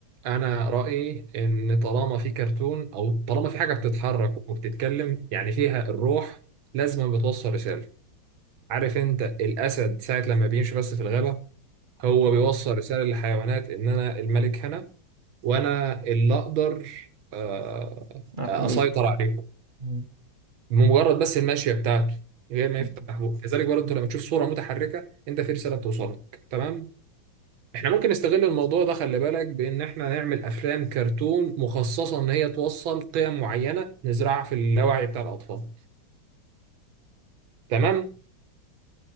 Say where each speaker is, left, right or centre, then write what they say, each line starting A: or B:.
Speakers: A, on the right (about 85°); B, on the right (about 35°).
A: انا رأيي ان طالما في كرتون او طالما في حاجة بتتحرك وبتتكلم يعني فيها الروح لازم بتوصل رسالة عارف انت الاسد ساعة لما بيمشي بس في الغابة هو
B: آه،
A: بيوصل رسالة للحيوانات ان انا الملك هنا وانا اللي اقدر آه،
B: احميكوا
A: اسيطر عليكم
B: م-
A: مجرد بس الماشيه بتاعته من غير ما
B: م-
A: يفتح بقه كذلك برضه انت لما تشوف صوره متحركه انت في رساله بتوصلك تمام احنا ممكن نستغل الموضوع ده خلي بالك بان احنا نعمل افلام كرتون مخصصه ان هي توصل قيم معينه نزرعها في اللاوعي بتاع الاطفال تمام